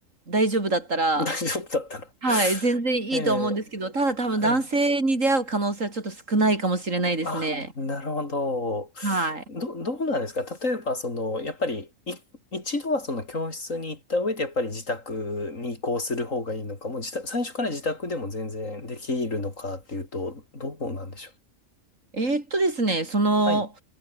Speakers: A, on the right; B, on the left.
A: 大丈夫だったら、
B: <laughs> 大丈夫だったら。
A: はい、
B: <laughs>
A: 全然いいと思うんですけど、
B: ええ、
A: ただ多分男性に出会う可能性はちょっと少ないかもしれないですね。
B: はい。あ、なるほど。
A: はい。
B: ど、どうなんですか例えば、その、やっぱり、い、一度はその教室に行った上で、やっぱり自宅に移行する方がいいのか、もう自宅、最初から自宅でも全然できるのかっていうと、どうなんでしょう
A: えーっとですね、その、
B: はい。